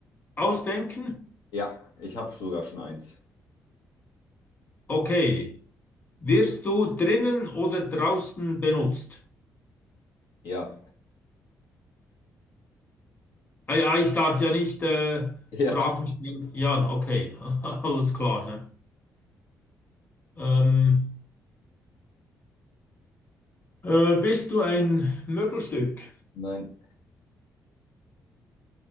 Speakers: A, on the left; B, on the left.
A: ausdenken?
B: Ja, ich habe sogar schon eins.
A: Okay. Wirst du drinnen oder draußen benutzt?
B: Ja,
A: Ah, ja, ich darf ja nicht äh,
B: <laughs>
A: Fragen
B: ja,
A: stellen. Ja, okay. <laughs> Alles klar. hä? Ähm, äh, bist du ein Möbelstück?
B: nein,